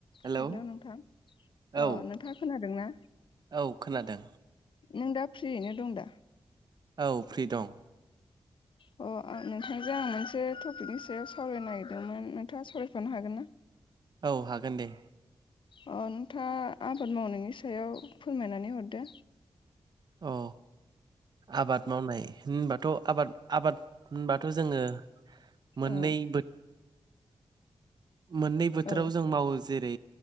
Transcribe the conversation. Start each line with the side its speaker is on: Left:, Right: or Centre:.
Right: Hello
Left: hello नोंथां अ
Right: औ
Left: नोंथाङा खोनादों ना?
Right: औ खोनादों
Left: नों दा फ्रियैनो दं दा?
Right: औ फ्रि दं।
Left: अ आ नोंथांजों आं मोनसे टपिकनि सायाव सावरायनो नागिरदोंमोन नोंथाङा सावरायफानो हागोन ना?
Right: औ हागोन दे।
Left: अ नोंथाङा आबाद मावनायनि सायाव फोरमायनानै हरदो।
Right: अ आबाद मावनाय होनबाथ' आबाद आबाद होनबाथ' जोङो मोननै
Left: औ
Right: बो मोननै बोथोराव
Left: औ
Right: जों मावो जेरै